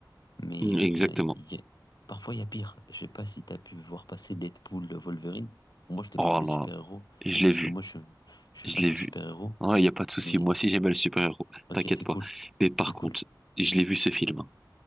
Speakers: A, on the left; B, in the centre.
A: mais
B: Mm, Exactement.
A: il y a- il y a- parfois il y a pire. Je sais pas si t'as pu voir passer Deadpool, euh, Wolverine. Bon, moi, je te
B: Oh
A: parle que de
B: là,
A: super-héros,
B: je l'ai
A: parce
B: vu,
A: que moi, je, je suis
B: je
A: fan
B: l'ai
A: de
B: vu.
A: super-héros,
B: Il n'y a pas de souci,
A: mais
B: moi aussi j'aimais le super-héros,
A: ok,
B: t'inquiète
A: c'est
B: pas.
A: cool,
B: Mais par
A: c'est cool.
B: contre, je l'ai vu ce film.